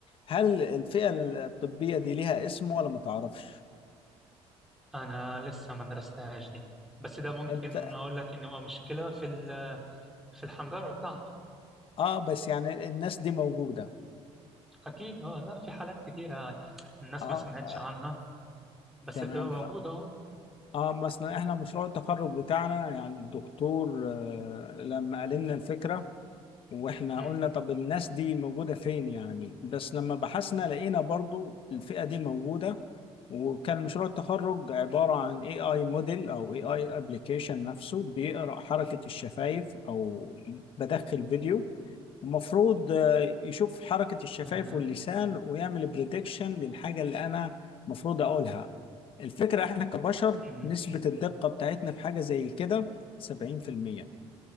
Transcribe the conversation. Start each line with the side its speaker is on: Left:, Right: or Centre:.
Left: هل الفئه الطبيه دي ليها اسم ولا ما تعرفش
Centre: أنا لسه ما درستهاش دي بس ده ممكن
Left: انت
Centre: أقول لك إن هو مشكلة في ال- في الحنجرة بتاعته
Left: اه بس يعني الناس دي موجوده
Centre: أكيد أه لا في حالات كتيرة الناس
Left: اه
Centre: ما سمعتش
Left: آه،
Centre: عنها بس
Left: تمام
Centre: بتبقى موجودة أه
Left: اه مثلا احنا مشروع التخرج بتاعنا يعني الدكتور آه لما قال لنا الفكره واحنا
Centre: مم.
Left: قلنا طب الناس دي موجودة فين يعني بس لما بحثنا لقينا برضو الفئة دي موجودة وكان مشروع التخرج عبارة عن AI موديل أو AI ابلكيشن نفسه بيقرأ حركة الشفايف أو بدخل فيديو المفروض يشوف حركة الشفايف
Centre: تمام
Left: واللسان ويعمل بريدكشن للحاجة اللي أنا مفروض أقولها الفكرة إحنا كبشر
Centre: مم.
Left: نسبة الدقة بتاعتنا في حاجة زي كده 70%